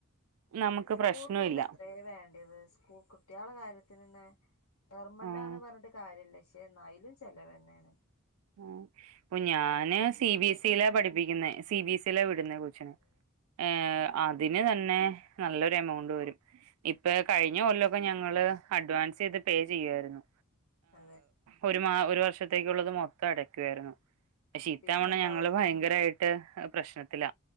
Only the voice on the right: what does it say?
നമുക്ക്
പ്രശ്നവില്ല
ആഹ്
ആഹ് ഇപ്പൊ ഞാന് സി ബിഎസ്
ഇയില പഠിപ്പിക്കുന്നെ സി ബിഎസ് ഇയില
വിടുന്ന കൊച്ചിനെ
ഏഹ് അതിന് തന്നെ നല്ലൊരു എമൗണ്ട് വരും ഇപ്പൊ കഴിഞ്ഞ കൊല്ല ഞങ്ങള് അഡ്വാൻസ് ചെയ്ത് പേ ചെയ്യുമായിരുന്നു
ഒരു മാ ഒരു വർഷത്തേക്കുള്ളത് മൊത്തം അടക്കുവായിരുന്നു പക്ഷെ ഈ
തവണ ഞങ്ങള് ഭയങ്കരായി ട്ട് പ്രശ്നത്തില